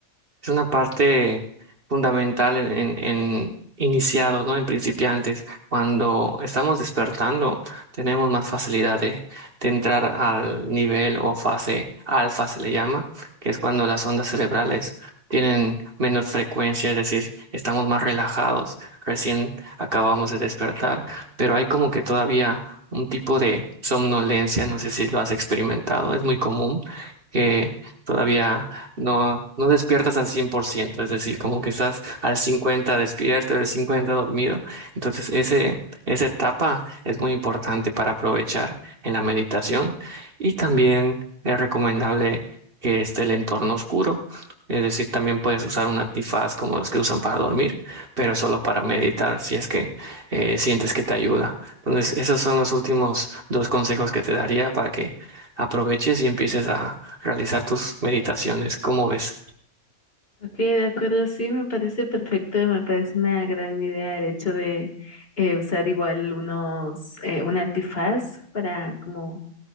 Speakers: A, on the right; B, on the left.
A: es una parte fundamental en, en- en iniciados, ¿no? En principiantes. Cuando estamos despertando, tenemos más facilidad de, de entrar al nivel o fase alfa, se le llama, que es cuando las ondas cerebrales tienen menor frecuencia, es decir, estamos más relajados, recién acabamos de despertar, pero hay como que todavía un tipo de somnolencia, no sé si lo has experimentado, es muy común que todavía no, no despiertas al cien por ciento es decir, como que estás al 50 despierto, al 50 dormido. Entonces, ese, esa etapa es muy importante para aprovechar en la meditación y también es recomendable que esté el entorno oscuro. Es decir, también puedes usar un antifaz como los que usan para dormir, pero solo para meditar si es que eh, sientes que te ayuda. Entonces, esos son los últimos dos consejos que te daría para que aproveches y empieces a realizar tus meditaciones. ¿Cómo ves?
B: Ok, de acuerdo, sí, me parece perfecto, me parece una gran idea el hecho de eh, usar igual unos, eh, un antifaz para como